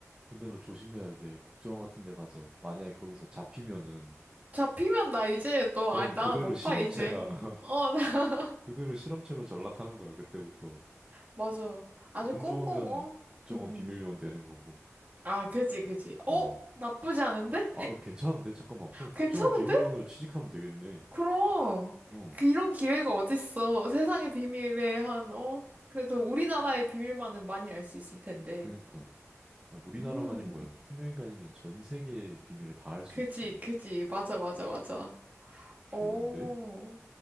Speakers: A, on the right; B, on the right.
A: 근데 너 조심해야 돼. 국정원 같은 데 가서 만약에 거기서 잡히면은
B: 잡히면 나 이제 너
A: 넌
B: 아니
A: 그대로
B: 나 못
A: 실험체야.
B: 봐 이제.
A: <laughs>
B: 어, 나 <laughs>
A: 그대로 실험체로 전락하는 거야, 그때부터.
B: 맞아. 아주
A: 운
B: 꽁꽁
A: 좋으면
B: 어.
A: 국정원
B: 응, 응.
A: 비밀요원 되는 거고.
B: 아, 그지, 그지. 어?
A: 어.
B: 나쁘지 않은데?
A: 아, 어, 괜찮은데? 잠깐만. 그럼 국정원
B: 괜찮은데?
A: 비밀요원으로 취직하면 되겠네.
B: 그럼
A: 어.
B: 그 이런 기회가 어딨어. 세상의 비밀에 한 어? 그래도 우리나라의 비밀만은 많이 알 수 있을 텐데.
A: 그러니까. 야, 우리나라만이
B: 음.
A: 뭐야. 투명인간이면 전 세계의 비밀을 다 알 수
B: 그지,
A: 있지.
B: 그지. 맞아, 맞아, 맞아.
A: 좋은데?
B: 어.